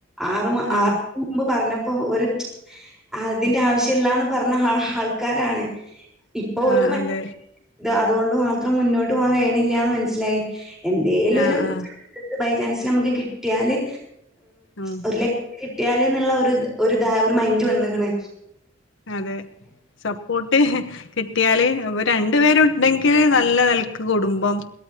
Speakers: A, in the centre; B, on the left (about 65°).
A: ആറുമാ
B: ആഹ്
A: ആറ് മുമ്പ് പറഞ്ഞപ്പോ ഒരു അതിന്റെ ആവശ്യല്ലാന്ന് പറഞ്ഞ ആൾക്കാരാണ്. ഇപ്പൊ ഓരുക്ക്
B: ആഹ്
A: മനസിലാക്ണ്ട്,
B: അതെ
A: അതുകൊണ്ട് മാത്രം മുന്നോട്ട് പോകാൻ കഴിയണില്ല എന്ന് മനസ്സിലായി. എന്തേലും
B: ആഹ്
A: ഒരു
B: ആഹ്
A: ബൈചാൻസില് നമുക്ക് കിട്ടിയാല്
B: ഉം
A: ഒരു ലക്ക്. കിട്ടിയാലോന്ന്ള്ള ഒരു ഒരു, ഒരു മൈൻഡ് വന്നേക്ക്ണ്.
B: അതെ സ- സപ്പോട്ട് കിട്ടിയാല് രണ്ടു പേരുണ്ടെങ്കില് നല്ല നെലക്ക് കുടുംമ്പം.